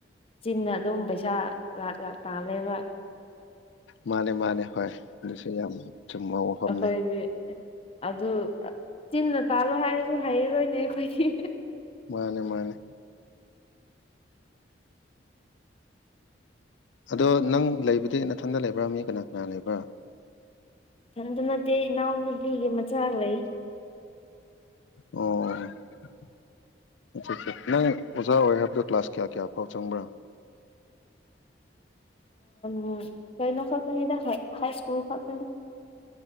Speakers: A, on the left; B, on the left.
A: ꯆꯤꯟꯅ ꯑꯗꯨꯝ ꯄꯩꯁꯥ ꯂꯥꯛ ꯂꯥꯛ ꯇꯥꯂꯦꯕ
B: ꯃꯥꯅꯦ ꯃꯥꯅꯦ ꯍꯣꯏ ꯑꯗꯨꯁꯨ ꯌꯥꯝ ꯆꯨꯝꯕ ꯋꯥꯐꯝꯅꯦ
A: ꯑꯩꯈꯣꯏꯗꯤ ꯑꯗꯨ ꯆꯤꯟꯅ ꯇꯥꯜꯂꯣ ꯍꯥꯏꯔꯁꯨ ꯍꯩꯔꯔꯣꯏꯅꯦ ꯑꯩꯈꯣꯏꯒꯤ
B: ꯃꯥꯅꯦ ꯃꯥꯅꯦ ꯑꯗꯣ
A: ꯎꯝ
B: ꯅꯪ ꯂꯩꯕꯗꯤ ꯃꯊꯟꯗ ꯂꯩꯕ꯭ꯔꯥ ꯃꯤ ꯀꯅꯥ ꯀꯅꯥ ꯂꯩꯕ꯭ꯔꯥ
A: ꯊꯅꯗ ꯅꯠꯇꯦ ꯅꯅꯥ ꯅꯨꯄꯤꯦ ꯃꯆꯥꯥꯑꯂ ꯂꯩ
B: ꯑꯣ ꯑꯆꯥ ꯑꯆꯥ ꯅꯪ ꯑꯣꯖꯥ ꯑꯣꯏ ꯍꯥꯏꯕꯗ ꯀ꯭ꯂꯥꯁ ꯀꯌꯥ ꯀꯌꯥ ꯐꯥꯎ ꯆꯪꯕ꯭ꯔꯥ
A: ꯎ ꯀꯩꯅꯣ ꯈꯛꯇꯅꯤꯗ ꯍꯥꯏ ꯁ꯭ꯀꯨꯜ ꯈꯛꯇꯅꯤ